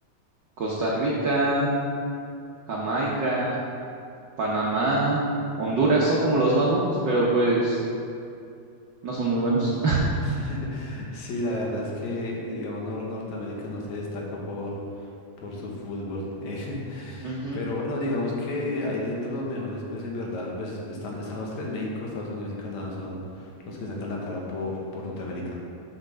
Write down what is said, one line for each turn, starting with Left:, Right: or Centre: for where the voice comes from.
Right: Costa Rica, Jamaica, Panamá, Honduras, son como los más buenos, pero pues no son muy buenos.
Left: <laughs> Sí, la verdad es que, digamos, Nor- Norteamérica no se destaca por, por su fútbol. eh, <laughs>
Right: <laughs>
Left: pero bueno, digamos que ahí dentro los mejores, pues en verdad, pues están, están los tres, México, Estados Unidos y Canadá son los que sacan la cara por, por Norteamérica.